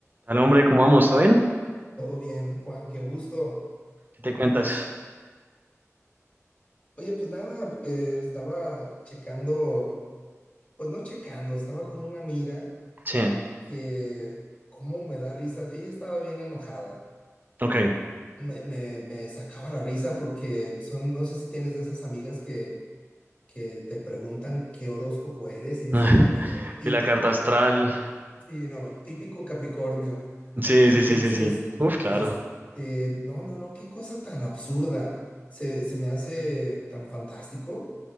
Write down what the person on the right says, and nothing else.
Al hombre, ¿cómo vamos? ¿Todo bien?
¿Qué te
cuentas?
Sí,
ok.
Ay,
Y la carta astral.
Sí,
sí, sí, sí, sí. Uf, claro.